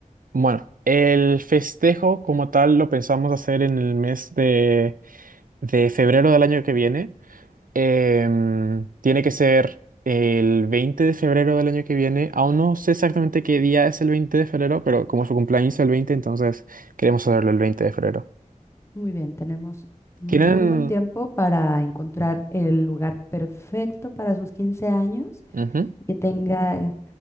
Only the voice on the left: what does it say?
Muy bien, tenemos muy
buen tiempo para encontrar el lugar perfecto para sus 15 años
y que tenga,